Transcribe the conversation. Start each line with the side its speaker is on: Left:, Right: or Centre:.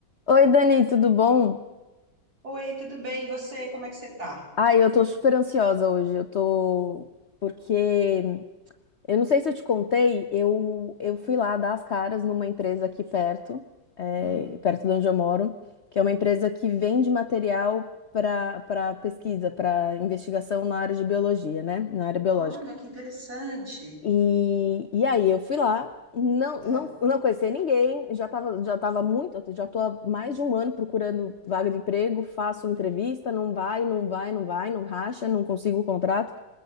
Left: Oi, Dani, tudo bom?
Right: Oi, tudo bem? E você? Como é que você tá?
Left: Ai, eu tô super ansiosa hoje. Eu tô. Porque. Eu não sei se eu te contei, eu, eu fui lá dar as caras numa empresa aqui perto, é,
Right: Hum.
Left: perto de onde eu moro, que é uma empresa que vende material para para pesquisa, para investigação na área de biologia, né? Na área biológica.
Right: Olha, que interessante.
Left: E, e aí eu fui lá, não,
Right: Ah,
Left: não, não conhecia ninguém, já tava, já tava muito, já tô há mais de um ano procurando vaga de emprego, faço entrevista, não vai, não vai, não vai, não racha, não consigo o contrato.